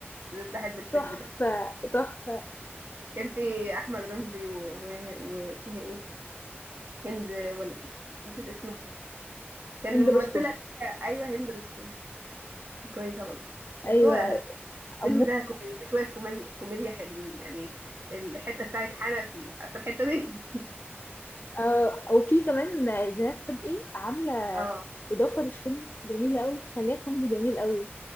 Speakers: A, on the right; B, on the left.
A: بحب الفيلم
B: تحفه
A: ده
B: تحفه
A: كان في احمد رمزي و... و... واسمها ايه هند ولا اسمها إيه؟ نسيت اسمها كان
B: هند
A: الممثله
B: رستم
A: اللي هي ايوه هند رستم كويسه برضه بس
B: ايوه
A: هو الفيلم
B: أمو...
A: ده كوميدي في شويه كوميديا كوميديا حلوين يعني الحته بتاعت حنا فيه عارفه الحته دي
B: آه، او في كمان زينات صدقي عامله
A: <laughs> اه
B: اضافه للفيلم جميله قوي خليها كوميدي جميل قوي